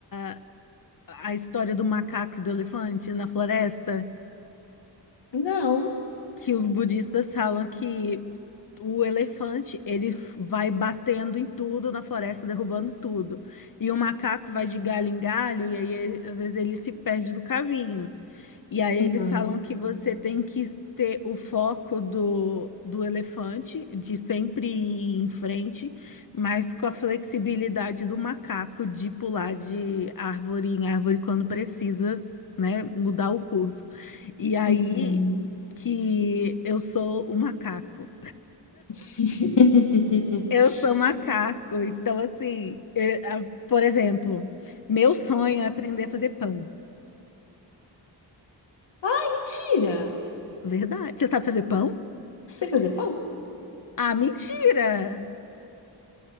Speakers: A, on the left; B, on the left.
A: a, a história do macaco e do elefante na floresta?
B: Não.
A: Que os budistas falam que o elefante, ele f- vai batendo em tudo na floresta, derrubando tudo. E o macaco vai de galho em galho, e aí ele- às vezes ele se perde do caminho. E aí eles
B: Uhum.
A: falam que você tem que ter o foco do, do elefante, de sempre ir em frente, mas com a flexibilidade do macaco de pular de árvore em árvore quando precisa, né, mudar o curso. E aí
B: Uhum.
A: que eu sou o macaco.
B: <laughs>
A: Eu sou macaco, então assim, eu- a- por exemplo, meu sonho é aprender a fazer pão.
B: Mentira.
A: Verdade. Você sabe fazer pão?
B: Sei fazer pão?
A: Ah, mentira!